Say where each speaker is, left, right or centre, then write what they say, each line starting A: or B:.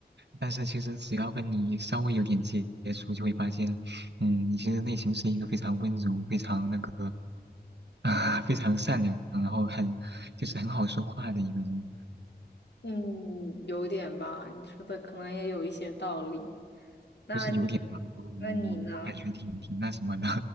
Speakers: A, on the right; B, on the left.
A: 但是其实只要跟你稍微有点接触，就会发现，嗯，你其实内心是一个非常温柔、非常那个啊、<laughs> 非常善良，然后很就是很好说话的一个人，
B: <laughs> 嗯，有点吧，你说的可能也有一些道理。那你，
A: 不是有点吧？我我我我感觉挺挺那什么的，
B: 那你呢？